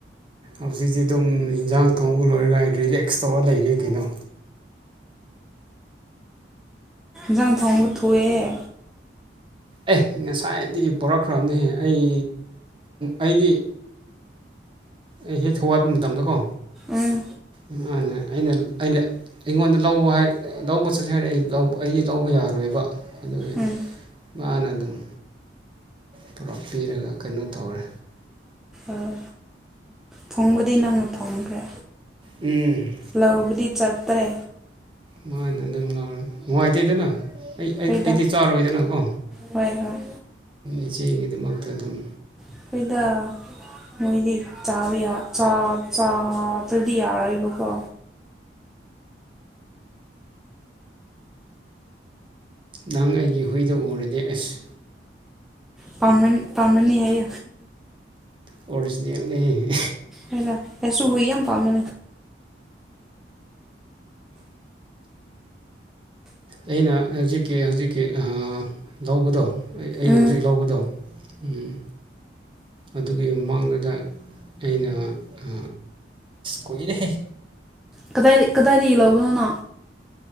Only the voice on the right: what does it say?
ꯍꯧꯖꯤꯛꯇꯤ ꯑꯗꯨꯝ ꯏꯟꯖꯥꯡ ꯀꯥꯡꯣꯡꯕꯨ ꯂꯣꯏꯔꯒ ꯔꯤꯂꯦꯛꯁ ꯇꯧꯔ ꯂꯩꯔꯦ ꯀꯩꯅꯣ
ꯑꯦ ꯉꯁꯥꯏꯗꯒꯤ ꯄꯔꯛꯈ꯭ꯔꯕꯅꯦꯍꯦ ꯑꯩ ꯑꯩꯗꯤ ꯑꯩ ꯍꯦꯛ ꯍꯋꯥꯠꯄ ꯃꯇꯝꯗꯀꯣ
ꯏꯃꯥꯅ ꯑꯩꯅ ꯑꯩꯅ ꯑꯩꯉꯣꯟꯗ ꯂꯧꯕ ꯂꯧꯕ ꯆꯠꯁꯤ ꯍꯥꯏꯔꯦ ꯑꯩ ꯑꯩꯗꯤ ꯂꯧꯕ ꯌꯥꯔꯣꯏꯕ ꯑꯗꯨ
ꯃꯥꯅ ꯑꯗꯨꯝ ꯄꯨꯔꯥ ꯄꯤꯔꯒ ꯀꯩꯅꯣ ꯇꯧꯔꯦ
ꯎꯝ
ꯃꯥ ꯑꯗꯨꯝ ꯂ ꯅꯨꯡꯉꯥꯏꯇꯗꯅꯣ ꯑꯩ
ꯑꯩꯗꯤ ꯆꯥꯔꯣꯏꯗꯅꯀꯣ
ꯏꯆꯦꯒꯤꯗꯨꯃꯛ ꯑꯗꯨ ꯑꯗꯨꯝ
ꯅꯪ ꯑꯩꯒꯤ ꯍꯨꯏꯗ ꯎꯔꯗꯤ ꯑꯁ
ꯑꯣꯔꯤꯖꯤꯅꯦꯜꯅꯦ
ꯑꯩꯅ ꯍꯧꯖꯤꯛꯀꯤ ꯍꯧꯖꯤꯛꯀꯤ ꯂꯧꯕꯗꯣ ꯑꯩꯅ
ꯍꯧꯖꯤꯛ ꯂꯧꯕꯗꯣ ꯎꯝ ꯑꯗꯨꯒꯤ ꯃꯃꯥꯡꯗꯨꯗ ꯑꯩꯅ ꯑ ꯀꯣꯏꯅꯦ